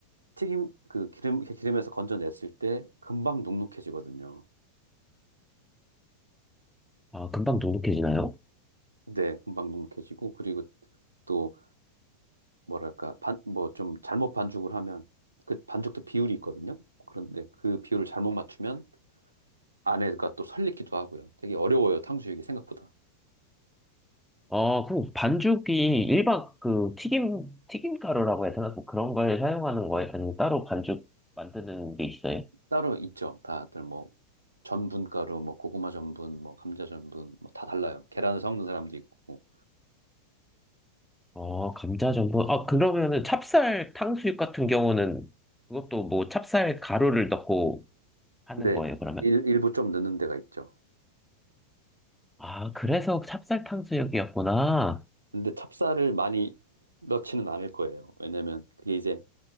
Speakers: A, on the right (about 80°); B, in the centre.
A: 튀김, 그 기름, 기름에서 건져냈을 때 금방 눅눅해지거든요.
B: 아, 금방 돈독해지나요?
A: 네, 금방 눅눅해지고 그리고 또 뭐랄까 반 뭐 좀 잘못 반죽을 하면 그 반죽도 비율이 있거든요. 그런데 그 비율을 잘못 맞추면 안에가 또 설리기도 하고요. 되게 어려워요, 탕수육이 생각보다.
B: 아, 그럼 반죽이 일반 그 튀김, 튀김가루라고 해야 되나? 뭐 그런 걸 사용하는 거예요? 아니면 따로 반죽 만드는 게 있어요?
A: 따로 있죠. 다들 뭐 전분가루, 뭐 고구마 전분, 뭐 감자 전분, 뭐 다 달라요. 계란을 섞는 사람도 있고.
B: 아, 감자전분. 아, 그러면은 찹쌀 탕수육 같은 경우는 그것도 뭐 찹쌀 가루를 넣고 하는
A: 근데
B: 거예요, 그러면?
A: 일, 일부 좀 넣는 데가 있죠.
B: 아, 그래서 찹쌀 탕수육이었구나.
A: 근데 찹쌀을 많이 넣지는 않을 거예요. 왜냐면 그게 이제